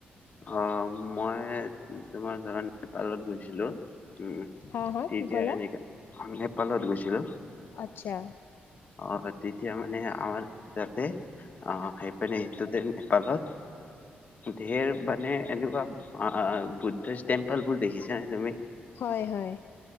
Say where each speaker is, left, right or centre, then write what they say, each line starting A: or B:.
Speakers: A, on the left; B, on the left.
A: অ', মই তোমাৰ যিমান নেপালত গৈছিলোঁ, উম
B: হা হা
A: তেতিয়া
B: কি ক'লা
A: এনেকা, অ', নেপালত গৈছিলোঁ,
B: আচ্ছা
A: অহ তেতিয়া মা মানে আমাৰ তাতে অ', সেই পেনে এইটো দিন নেপালত ধেৰ মানে এনেকুৱা অ', বুদ্ধিষ্ট টেম্পল বোৰ দেখিছা নে তুমি?
B: হয় হয়।